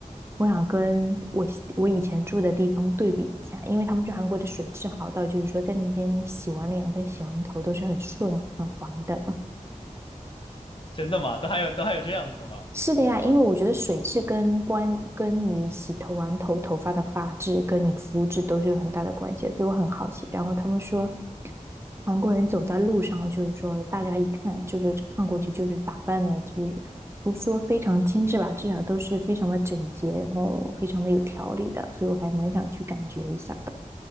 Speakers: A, on the right (about 20°); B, on the left (about 40°).
A: 我想跟我我以前住的地方对比一下，因为他们说韩国的水质好到，就是说在那边你洗完脸跟洗完头都是很顺很滑的。
B: 真的吗？都还有都还有这样的说法，我不知道。
A: 是的呀，因为我觉得水质跟关跟你洗头完头头发的发质跟你肤质都是有很大的关系，所以我很好奇。然后他们说韩国人走在路上，就是说大家一看就是看过去就是打扮的，就是不说非常精致吧，至少都是非常的整洁，然后非常的有条理的，所以我还蛮想去感觉一下的。